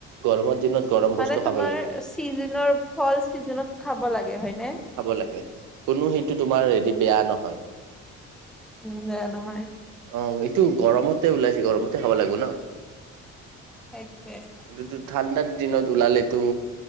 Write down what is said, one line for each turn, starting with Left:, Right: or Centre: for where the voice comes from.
Right: গৰমৰ দিনত <unintelligible>
Centre: মানে
Right: খাব
Centre: তোমাৰ
Right: লাগে
Centre: চিজনৰ ফল, চিজনত খাব লাগে হয়নে? <unintelligible>
Right: খাব লাগে, কোনো সেইটো তোমাৰ হেৰি বেয়া নহয়। <inaudible>
Centre: উম! বেয়া নহয়। ‌ <unintelligible>
Right: অঁ! এইটো গৰমতে ওলাইছে, গৰমতে খাব লাগিব ন। <unintelligible>
Centre: সেইটোৱেই <unintelligible>
Right: <unintelligible> ঠাণ্ডাৰ দিনত ওলালেতো